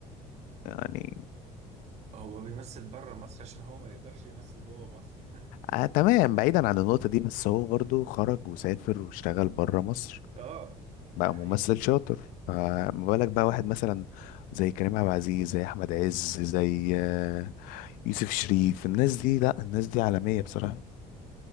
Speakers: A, on the left; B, on the right.
A: يعني
B: هو بيمثل بره مصر عشان هو ما يقدرش يمثل جوه مصر
A: آه تمام بعيدا عن النقطة دي بس هو برضو خرج وسافر واشتغل بره مصر
B: <laughs> اه
A: بقى
B: دي حقيقة
A: ممثل شاطر فما بالك بقى واحد مثلا زي كريم عبد العزيز زي أحمد عز زي آه، يوسف شريف الناس دي لا الناس دي عالمية بصراحة